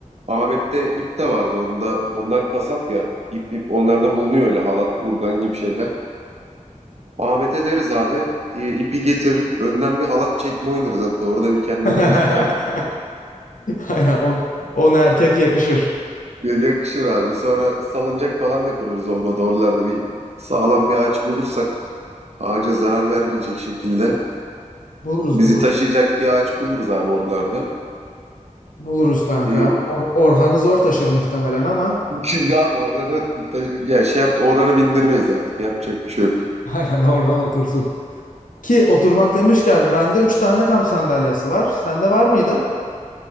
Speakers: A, on the right; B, on the left.
A: Ahmet'te ip de vardı. Onda, onlar kasap ya. İp ip onlarda bulunuyor öyle halat, urgan gibi şeyler. Ahmet'e deriz abi. e, ipi getir. Önden bir halat çekme oynarız hatta. Orada bir kendi
B: <laughs>
A: aramızda
B: Aynen on, on erkek yakışır.
A: Ya Yakışır abi. Sonra salıncak falan da kurarız olmadı. Oralarda bir sağlam bir ağaç bulursak ağaca zarar vermeyecek şekilde
B: Buluruz
A: bizi
B: buluruz.
A: taşıyacak bir ağaç buluruz abi oralarda.
B: Buluruz kanka.
A: Ee,
B: Or- Orhan'ı zor taşır muhtemelen ama.
A: çünkü abi oranı taşı- ya şey yap oranı bindirmeyiz artık. Yapacak bir şey yok.
B: <laughs> Aynen Orhan otursun. Ki oturmak demişken bende 3 tane kamp sandalyesi var. Sende var mıydı?